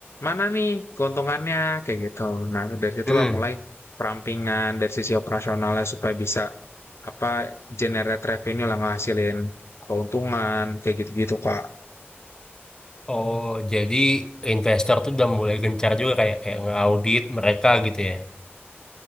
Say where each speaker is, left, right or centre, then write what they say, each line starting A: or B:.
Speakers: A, on the left; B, on the left.
A: mana nih keuntungannya kayak gitu. Nah, dari situlah
B: Mm-mm.
A: mulai perampingan dari sisi operasionalnya supaya bisa apa generate revenue lah ngasilin keuntungan kayak gitu-gitu kak
B: Oh jadi investor tuh udah mulai gencar juga kayak kayak ngaudit mereka gitu ya.